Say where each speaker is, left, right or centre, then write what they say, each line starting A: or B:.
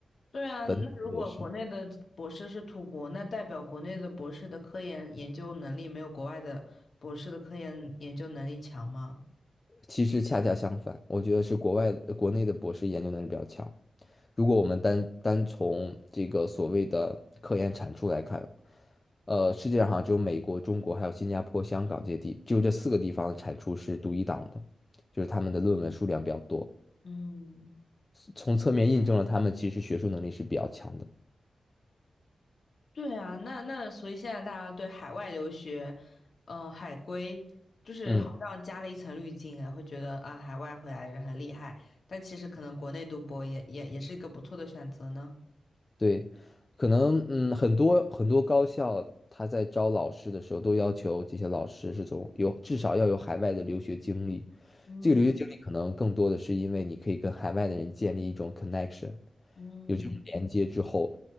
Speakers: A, on the left; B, on the left.
A: 对啊，
B: 本土博士，
A: 那如果国内的博士是土博，那代表国内的博士的科研研究能力没有国外的博士的科研研究能力强吗？
B: 其实恰恰相反，我觉得是国外国内的博士研究能力比较强。如果我们单单从这个所谓的科研产出来看，呃，世界上好像只有美国、中国还有新加坡、香港这些地，只有这四个地方的产出是独一档的，就是他们的论文数量比较多，
A: 嗯。
B: 从侧面印证了他们其实学术能力是比较强的。
A: 对啊，那那所以现在大家对海外留学，嗯，海归就是好像加了一层滤镜哎，
B: 嗯，
A: 会觉得啊，海外回来的人很厉害，但其实可能国内读博也也也是一个不错的选择呢。
B: 对，可能嗯很多很多高校他在招老师的时候都要求这些老师是从有至少要有海外的留学经历，
A: 嗯
B: 这个留学经历可能更多的是因为你可以跟海外的人建立一种 connection。
A: 嗯，
B: 有这种连接之后，